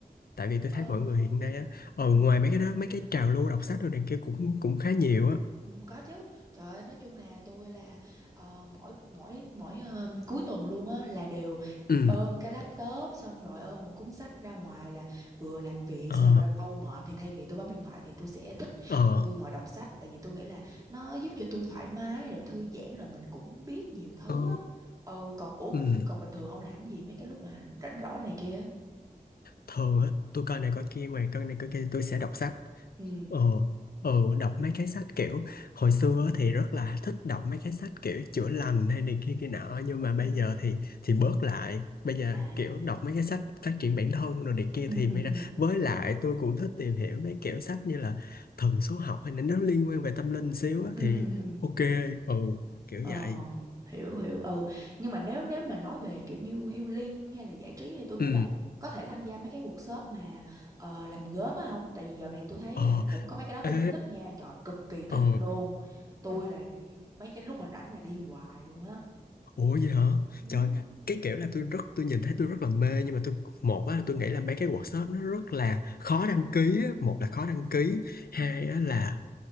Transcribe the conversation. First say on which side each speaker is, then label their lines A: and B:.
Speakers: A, on the left (about 80°); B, on the right (about 20°).
A: tại vì tôi
B: ờ
A: thấy mọi người hiện nay á ờ
B: ừ.
A: ngoài mấy cái đó mấy cái trào lưu đọc sách rồi này kia cũng cũng khá nhiều á
B: Ừ, có chứ. Trời ơi, nói chung là tôi là ờ, mỗi mỗi mỗi ờ, cuối tuần luôn á là đều
A: ừ
B: ôm cái laptop xong rồi ôm một cuốn sách ra ngoài là vừa làm việc
A: ờ
B: xong rồi lâu lâu mệt thì thay vì tôi bấm điện thoại thì tôi sẽ thích
A: ờ
B: tôi ngồi đọc sách tại vì tôi nghĩ là nó giúp cho tôi thoải mái rồi thư giãn rồi mình cũng biết nhiều thứ
A: ờ
B: á. Ừ còn ủa
A: ừ
B: còn bình thường ông làm gì mấy cái lúc mà rảnh rỗi này kia?
A: thường á tôi coi này coi kia ngoài coi này coi kia thì tôi sẽ đọc sách
B: Ừ.
A: Ờ, ờ, đọc mấy cái sách kiểu hồi xưa á thì rất là thích đọc mấy cái sách kiểu chữa lành hay này kia kia nọ nhưng mà
B: Ừ.
A: bây giờ thì thì bớt lại bây giờ
B: À.
A: kiểu đọc mấy cái sách phát triển bản thân rồi này kia
B: Ừ
A: thì
B: ừ
A: mới ra
B: ừ.
A: với lại tôi cũng thích tìm hiểu mấy kiểu sách như là thần số học hay là nó liên quan về tâm linh xíu á
B: Ừ
A: thì
B: ừ ừ.
A: ok ừ kiểu
B: Ờ,
A: vậy
B: hiểu hiểu ừ nhưng mà nếu nếu mà nói về kiểu như healing hay là giải trí thì tôi nghĩ
A: ừ
B: là có thể tham gia mấy cái workshop mà ờ, làm gốm á không tại vì dạo này tôi thấy
A: ờ
B: là cũng có mấy cái đó tôi
A: ê
B: cũng thích nha trời cực kỳ thích
A: ờ
B: luôn tôi là đi mấy cái lúc mà rảnh là đi hoài luôn á
A: Ủa vậy hả?
B: Ừ.
A: Trời, cái kiểu là tôi rất tôi nhìn thấy tôi rất là mê nhưng mà tôi một á là tôi nghĩ là mấy cái workshop nó rất là khó đăng ký á. Một là khó đăng ký, hai
B: Ừ.
A: á là